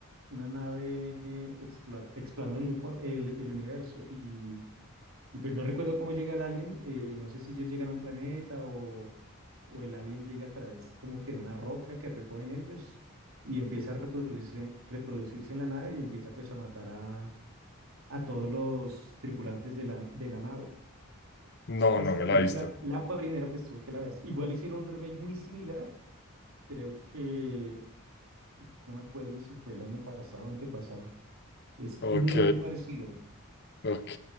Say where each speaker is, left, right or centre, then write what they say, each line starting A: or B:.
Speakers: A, on the right; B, on the left.
A: una nave eh, explora- explorando el, infor- el, el universo. Y, y pues no recuerdo cómo llega el alien, eh, no sé si ellos llegan a un planeta o, o el alien llega a través como que de una roca que recogen ellos y empieza a reproducirse, reproducirse en la nave y empieza pues a matar a, a todos los tripulantes de la, de la nave.
B: No,
A: Esa
B: no me
A: película,
B: la he visto.
A: la primera, pues tuve que la veas. Igual hicieron un remake muy similar, creo que, es que no me acuerdo si fue el año pasado o antepasado. Es
B: Ok,
A: muy, muy parecido.
B: ok.